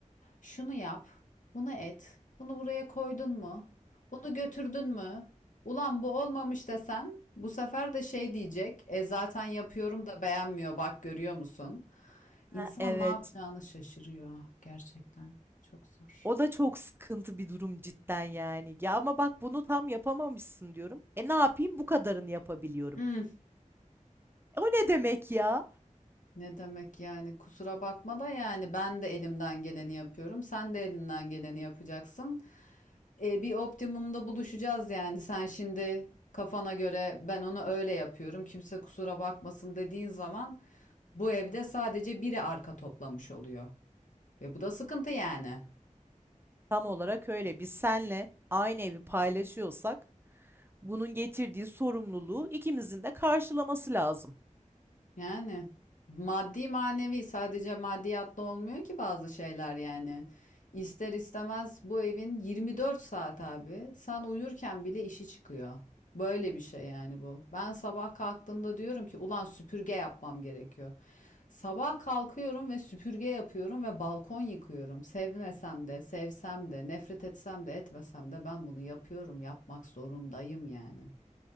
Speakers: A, on the left (about 70°); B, on the right (about 15°).
A: Şunu yap, bunu et, bunu buraya koydun mu? Bunu götürdün mü? Ulan bu olmamış desen bu sefer de şey diyecek. E zaten yapıyorum da beğenmiyor bak görüyor musun?
B: Ha,
A: İnsan
B: Evet.
A: ne yapacağını şaşırıyor gerçekten. Çok zor.
B: O da çok sıkıntı bir durum cidden yani. Ya ama bak bunu tam yapamamışsın diyorum. E ne yapayım? Bu kadarını yapabiliyorum.
A: Hmm,
B: E o ne demek ya?
A: ne demek yani kusura bakma da yani ben de elimden geleni yapıyorum. Sen de elinden geleni yapacaksın. E, bir optimumda buluşacağız yani. Sen şimdi kafana göre ben onu öyle yapıyorum. Kimse kusura bakmasın dediğin zaman bu evde sadece biri arka toplamış oluyor. Ve bu da sıkıntı yani.
B: Tam olarak öyle. Biz senle aynı evi paylaşıyorsak bunun getirdiği sorumluluğu ikimizin de karşılaması lazım.
A: Yani maddi manevi sadece maddiyatla olmuyor ki bazı şeyler yani. İster istemez bu evin 24 saat abi. Sen uyurken bile işi çıkıyor. Böyle bir şey yani bu. Ben sabah kalktığımda diyorum ki ulan süpürge yapmam gerekiyor. Sabah kalkıyorum ve süpürge yapıyorum ve balkon yıkıyorum. Sevmesem de, sevsem de, nefret etsem de, etmesem de ben bunu yapıyorum. Yapmak zorundayım yani.